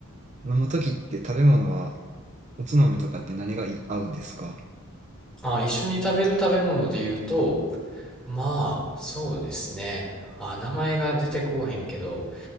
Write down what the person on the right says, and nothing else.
飲むときって食べ物はおつまみとかって何がい合うんですか